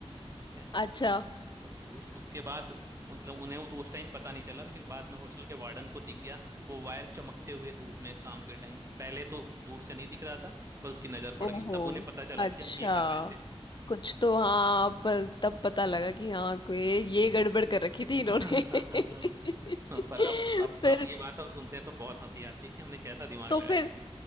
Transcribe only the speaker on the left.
अच्छा
ओहो
अच्छा
कुछ तो हाँ पर तब पता लगा कि हाँ कोई ये गड़बड़ कर रखी थी इन्होंने
<laughs>
फिर
तो
फिर